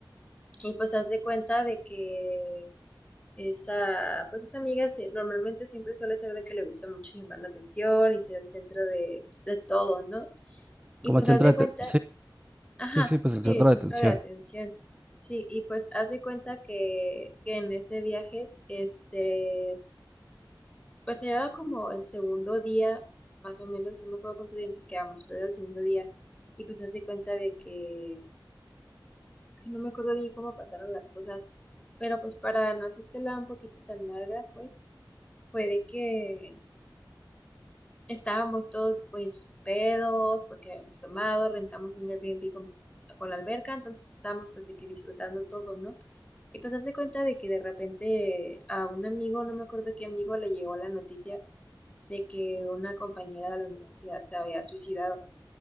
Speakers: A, on the left; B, on the right.
A: Y pues haz de cuenta de que Esa, pues esa amiga sí, normalmente siempre suele ser de que le gusta mucho llamar la atención y ser el centro de, pues, de todo, ¿no? Y
B: Como
A: pues
B: el centro
A: haz de
B: de atención.
A: cuenta, ajá,
B: Sí, sí, sí, pues
A: sí,
B: el centro
A: el centro
B: de atención.
A: de atención. Sí, y pues haz de cuenta que, que en ese viaje, este, pues era como el segundo día, más o menos, no me acuerdo cuántos días nos quedamos, pero era el segundo día. Y pues haz de cuenta de que, es que no me acuerdo bien cómo pasaron las cosas, pero pues para no hacértela un poquito tan larga, pues fue de que Estábamos todos pues pedos porque habíamos tomado, rentamos un Airbnb con, con la alberca, entonces estábamos pues de que disfrutando todo, ¿no? Y pues haz de cuenta de que de repente a un amigo, no me acuerdo qué amigo, le llegó la noticia de que una compañera de la universidad se había suicidado.